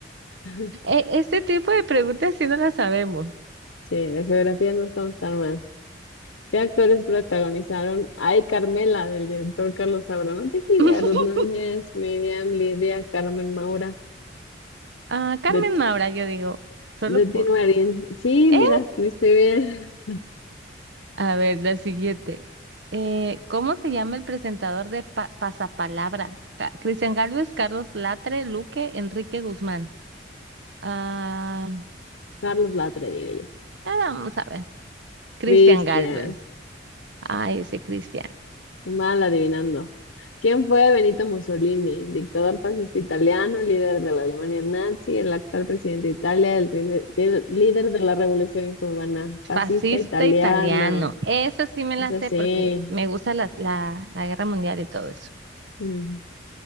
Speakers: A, on the left; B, on the right.
A: <laughs>
B: E- este tipo de preguntas sí no las sabemos.
A: Sí, de geografía no estamos tan mal. ¿Qué actores protagonizaron Ay, Carmela, del director Carlos Saura? No tengo idea.
B: <laughs>
A: Ruth Núñez, Miriam, Lidia, Carmen Maura,
B: Ah, Carmen
A: de,
B: Maura, yo digo, solo
A: de Tino
B: por...
A: Marín. Sí,
B: ¡Eh!
A: mira, estuviste bien.
B: A ver, la siguiente. Eh, ¿cómo se llama el presentador de Pa- Pasapalabra? Ca- Cristian Gálvez, Carlos Latre, Luque, Enrique Guzmán. Ah,
A: <laughs> Carlos Latre, diré yo.
B: ah, vamos a ver. Cristian
A: Cristian.
B: Gálvez. Ay, ese Cristian.
A: Mal adivinando. ¿Quién fue Benito Mussolini? Dictador fascista italiano, líder de la Alemania nazi, el actual presidente de Italia, el, rene- el líder de la Revolución cubana,
B: Fascista
A: fascista italiana.
B: italiano. Eso sí me la
A: Es
B: sé
A: así.
B: porque me gusta las- la, la guerra mundial y todo eso.
A: Mm.